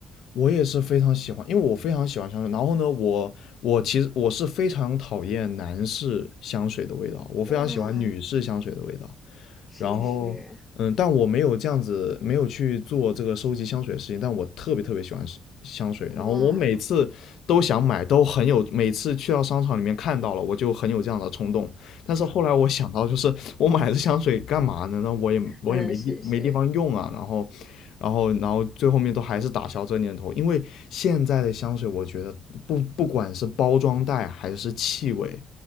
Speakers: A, on the left; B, on the left.
A: 我也是非常喜欢，因为我非常喜欢香水。然后呢，我我其实我是非常讨厌男士香水的味道，我非常喜欢女士香水的味道。
B: 哇，是是，
A: 然后，嗯，但我没有这样子，没有去做这个收集香水的事情，但我特别特别喜欢是香水。然后我每次都想买，
B: 哇，
A: 都很有，每次去到商场里面看到了，我就很有这样的冲动。但是后来我想到，就是我买的香水干嘛呢？那我也我也没地没地方用啊，
B: 嗯，是是。
A: 然后然后然后最后面都还是打消这念头，因为现在的香水，我觉得不不管是包装袋还是气味，